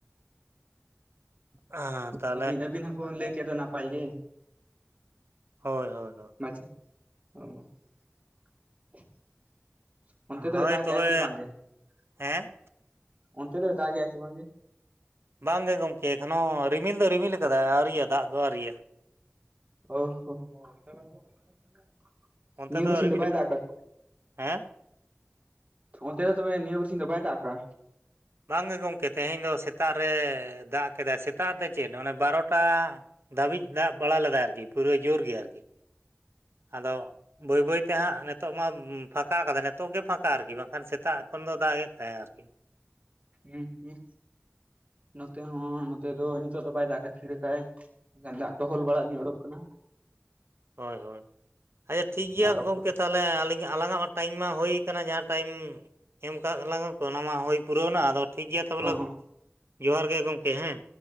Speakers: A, on the right; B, on the right.
A: ᱦᱮᱸ ᱛᱟᱦᱚᱞᱮ
B: ᱟᱹᱵᱤᱱ ᱟᱹᱵᱤᱱ ᱦᱚᱵᱚ ᱞᱟᱹᱭ ᱠᱮᱫᱚ ᱫᱚ ᱱᱟᱯᱟᱭ ᱜᱮ᱾
A: ᱦᱳᱭ ᱦᱳᱭ ᱦᱳᱭ᱾
B: <unintelligible> ᱚ <inaudible> ᱚᱱᱛᱮ
A: ᱦᱳᱭ
B: ᱫᱚᱭ ᱫᱟᱜᱮ-ᱟ
A: ᱛᱚᱵᱮ
B: ᱪᱮ ᱵᱟᱝᱜᱮ?
A: ᱦᱮᱸ
B: <inaudible> ᱚᱱᱛᱮ ᱫᱚᱭ ᱫᱟᱜᱮ ᱪᱮ ᱵᱟᱝᱜᱮ?
A: ᱵᱟᱝ ᱜᱮ ᱜᱚᱢᱠᱮ ᱮᱠᱷᱚᱱᱳ ᱨᱤᱢᱤᱞ ᱫᱚ ᱨᱤᱢᱤᱞ ᱟᱠᱟᱫᱟᱭ ᱟᱹᱣᱨᱤᱭᱟ ᱫᱟᱜ ᱫᱚ ᱟᱹᱣᱨᱤᱭᱟ᱾
B: ᱚ ᱦᱚᱸ <unintelligible>
A: ᱚᱱᱛᱮ
B: ᱱᱤᱭᱟᱹ ᱵᱟᱨ ᱥᱤᱧ
A: ᱨᱤᱢᱤᱞ
B: ᱫᱚ ᱵᱟᱭ
A: ᱟᱠᱟᱫᱟ
B: ᱫᱟᱜ ᱟᱠᱟᱫ
A: ᱦᱮᱸ
B: ᱚᱱᱛᱮ ᱫᱚ ᱛᱚᱵᱮ ᱱᱤᱭᱟ ᱵᱟᱨ ᱥᱤᱧ ᱫᱚ ᱵᱟᱭ ᱫᱟᱜ ᱠᱟᱜ-ᱟ᱾
A: ᱵᱟᱝ ᱜᱮ ᱜᱚᱢᱠᱮ ᱛᱮᱦᱮᱸᱧ ᱫᱚ ᱥᱮᱛᱟᱜ ᱨᱮ ᱫᱟᱜ ᱠᱮᱫᱟᱭ ᱥᱮᱛᱟᱜ ᱫᱚ ᱪᱮᱫ ᱚᱱᱮ ᱵᱟᱨᱚᱴᱟ ᱫᱷᱟᱹᱵᱤᱡ ᱫᱟᱜ ᱵᱟᱲᱟ ᱞᱮᱫᱟ ᱟᱹᱨᱠᱤ, ᱯᱩᱨᱟᱹ ᱡᱳᱨ ᱜᱮ ᱟᱹᱨᱠᱤ᱾ ᱟᱫᱚ ᱵᱟᱹᱭ ᱵᱟᱹᱭ ᱛᱮ ᱦᱟᱸᱜ ᱱᱤᱛᱚᱜ ᱢᱟ ᱯᱷᱟᱸᱠᱟ ᱠᱟᱫᱟ ᱱᱤᱛᱚᱜ ᱜᱮ ᱯᱷᱟᱸᱠᱟ ᱟᱹᱨᱠᱤ ᱵᱟᱝ ᱠᱷᱟᱱ ᱥᱮᱛᱟᱜ ᱠᱷᱚᱱ ᱫᱚ ᱫᱟᱜ ᱜᱮ ᱛᱟᱦᱮᱸ ᱟᱹᱨᱠᱤ᱾
B: ᱦᱩᱸ ᱦᱩᱸ ᱱᱚᱛᱮ ᱦᱚᱸ ᱱᱚᱛᱮ ᱫᱚ ᱱᱤᱛᱚᱜ ᱫᱚ ᱵᱟᱭ ᱫᱟᱜ ᱠᱟᱜ-ᱟᱭ ᱛᱷᱤᱨᱟ ᱠᱟᱜ-ᱟᱭ᱾ ᱮᱱᱠᱷᱟᱱ ᱫᱟᱜ ᱴᱚᱦᱚᱞ ᱵᱟᱲᱟᱜ ᱧᱚᱜ ᱚᱰᱳᱜ ᱠᱟᱱᱟ᱾
A: ᱦᱳᱭ ᱦᱳᱭ, ᱟᱪᱪᱷᱟ ᱴᱷᱤᱠᱜ ᱜᱮᱭᱟ
B: ᱟᱨ ᱚᱠᱛᱚ
A: ᱜᱚᱢᱠᱮ᱾ ᱛᱟᱦᱚᱸᱞᱮ ᱟᱹᱞᱤᱧ ᱟᱞᱟᱝᱟᱜ ᱢᱟ ᱴᱟᱭᱤᱢ ᱢᱟ ᱦᱩᱭ ᱟᱠᱟᱱᱟ ᱡᱟᱦᱟᱸ ᱴᱟᱭᱤᱢ ᱮᱢ ᱠᱟᱜ ᱞᱟᱝᱟ ᱠᱚ ᱚᱱᱟ ᱢᱟ ᱦᱩᱭ ᱯᱩᱨᱟᱹᱣᱱᱟ ᱟᱫᱚ ᱴᱷᱤᱠ ᱜᱮᱭᱟ ᱛᱚᱵᱚᱞᱮ
B: ᱦᱚᱸ
A: ᱡᱚᱦᱟᱨ ᱜᱮ ᱜᱚᱝᱠᱮ ᱦᱮᱸ᱾